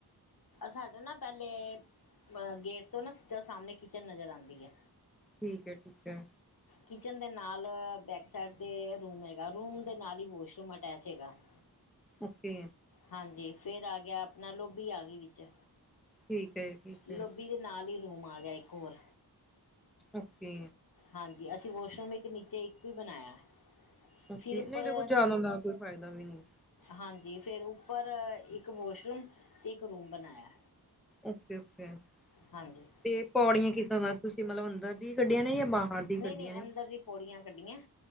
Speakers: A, on the left; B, in the centre.
A: ਸਾਡੇ ਨਾ ਪਹਿਲੇ, ਗੇਟ ਤੋਂ ਨਾ ਸਿੱਧਾ ਸਾਹਮਣੇ ਕਿਚਨ ਨਜ਼ਰ ਆਦੀ ਐ।
B: ਠੀਕ ਐ, ਠੀਕ ਆ।
A: ਕਿਚਨ ਦੇ ਨਾਲ ਬੈਕ ਸਾਈਡ 'ਤੇ ਰੂਮ ਹੈਗਾ ਰੂਮ ਦੇ ਨਾਲ ਹੀ ਵੋਸ਼ਰੂਮ ਅਟੈਚ ਹੈਗਾ। <inaudible>
B: ਓਕੇ।
A: ਹਾਂਜੀ ਫੇਰ ਆ ਗਿਆ, ਆਪਣਾ ਲੋਭੀ ਆ ਗਈ ਵਿੱਚ।
B: ਠੀਕ ਹੈ ਠੀਕ
A: ਲੋਭੀ
B: ਹੈ
A: ਦੇ ਨਾਲ ਈ ਰੂਮ ਆ ਗਿਆ ਇੱਕ ਹੋਰ।
B: ਓਕੇ।
A: ਹਾਂਜੀ, ਅਸੀਂ ਵਾਸ਼ਰੂਮ ਇੱਕ ਨੀਚੇ ਇੱਕ ਈ ਬਣਾਇਆ।
B: ਓਕੇ,
A: ਫਿਰ ਉੱਪਰ
B: ਨਹੀਂ ਦੇਖੋ ਜ਼ਿਆਦਾ ਦਾ ਕੋਈ ਫਾਇਦਾ ਵੀ ਨੀ।
A: ਹਾਂਜੀ, ਫੇਰ ਉੱਪਰ ਇੱਕ ਵਾਸ਼ਰੂਮ ਤੇ ਇੱਕ ਰੂਮ ਬਣਾਇਆ।
B: ਓਕੇ-ਓਕੇ।
A: ਹਾਂਜੀ।
B: ਤੇ ਪੌੜੀਆਂ ਕਿੱਦਾ ਦਾ, ਤੁਸੀਂ ਮਤਲਬ ਅੰਦਰ ਦੀ ਕੱਢੀਆਂ ਨੇ ਜਾਂ ਬਾਹਰ ਦੀ
A: ਨਹੀਂ-
B: ਕੱਢੀਆਂ
A: ਨਹੀਂ
B: ਨੇ
A: ਅੰਦਰ ਦੀ ਪੌੜੀਆਂ ਕੱਢੀਆਂ,